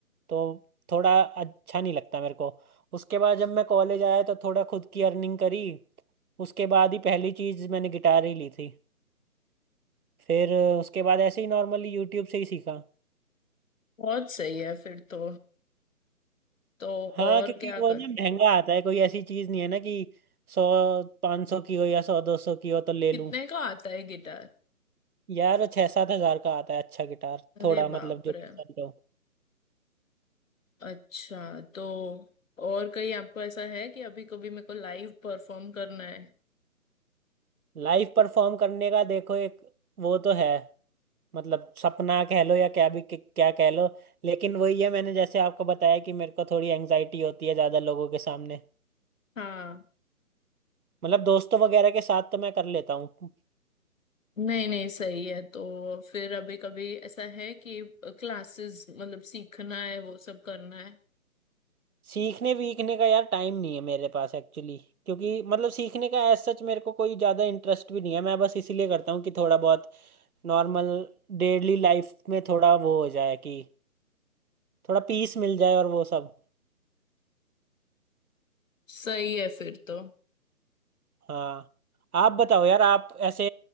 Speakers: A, on the right (about 80°); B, on the left (about 60°).
A: तो थोड़ा अच्छा नहीं लगता मेरे को उसके बाद जब मैं कॉलेज आया तो थोड़ा खुद की अर्निंग करी उसके बाद ही पहली चीज़ मैंने गिटार ही ली थी फिर उसके बाद ऐसे ही नॉर्मली यूट्यूब से ही सीखा
B: बहुत सही है फिर तो तो
A: हाँ
B: और
A: क्योंकि
B: क्या
A: वो
B: कर
A: ना महंगा आता है कोई ऐसी चीज नहीं है ना कि सौ पाँच सौ की हो या सौ दो सौ की हो तो ले
B: कितने
A: लूं
B: का आता है गिटार
A: यार छह सात हजार का आता है अच्छा गिटार
B: अरे
A: थोड़ा
B: बाप
A: मतलब जो decent
B: रे
A: हो
B: अच्छा तो और कहीं आपको ऐसा है कि अभी कभी मेरे को लाइव परफॉर्म करना है
A: लाइव परफॉर्म करने का देखो एक वो तो है मतलब सपना कह लो या क्या भी कि- क्या कह लो लेकिन वही है मैंने जैसे आपको बताया कि मेरे को थोड़ी एंग्जाइटी होती है ज्यादा लोगों के सामने
B: हाँ
A: मतलब दोस्तों वगैरह के साथ तो मैं कर लेता हूँ
B: नहीं नहीं सही है तो फिर अभी कभी ऐसा है कि क्लासेस मतलब सीखना है वो सब करना है
A: सीखने वीखने का यार टाइम नहीं है मेरे पास एक्चुअली क्योंकि मतलब सीखने का एज सच मेरे को कोई ज़्यादा इंटरेस्ट भी नहीं है मैं बस इसीलिए करता हूँ कि थोड़ा बहुत नॉर्मल डेली लाइफ में थोड़ा वो हो जाए कि थोड़ा पीस मिल जाए और वो सब
B: सही है फिर तो
A: हाँ आप बताओ यार आप ऐसे